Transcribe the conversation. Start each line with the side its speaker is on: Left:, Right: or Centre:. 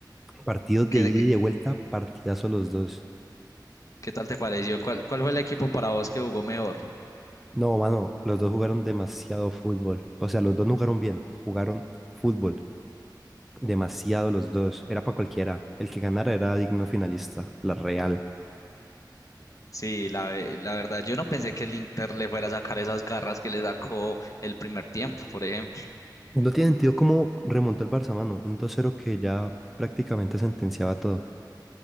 Centre: Partidos
Left: ¿Qué,
Centre: de ida
Left: qué,
Centre: y de vuelta, partidazo los dos.
Left: qué tal te pareció? ¿Cuál, cuál fue el equipo para vos que jugó mejor?
Centre: No, mano, los dos jugaron demasiado fútbol. O sea, los dos no jugaron bien, jugaron fútbol. Demasiado los dos. Era para cualquiera. El que ganara era digno finalista, la Real.
Left: Sí, la, ve- la verdad, yo no pensé que el Inter le fuera a sacar esas garras que le sacó el primer tiempo, por ejemplo.
Centre: No tiene sentido cómo remontó el Barça, mano. Un dos cero que ya prácticamente sentenciaba todo.